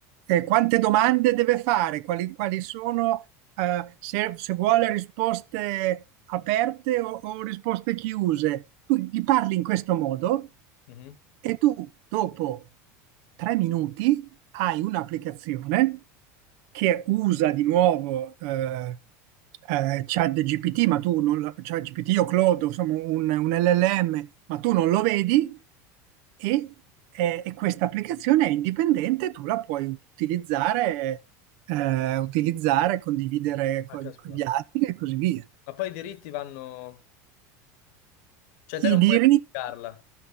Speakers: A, on the right; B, on the left.
A: eh, quante domande deve fare, quali, quali sono, eh, se, se vuole risposte aperte o, o risposte chiuse. Tu gli parli in questo modo
B: mhm.
A: e tu dopo tre minuti hai un'applicazione che usa di nuovo eh, eh, ChatGPT, ma tu non la, ChatGPT o Claude, insomma un, un LLM, ma tu non lo vedi e, eh, e questa applicazione è indipendente, tu la puoi utilizzare, eh, utilizzare, condividere con,
B: Ah, caspita.
A: con gli altri e così via.
B: Ma poi i diritti vanno... Cioè te
A: I
B: non
A: diritti.
B: puoi pubblicarla,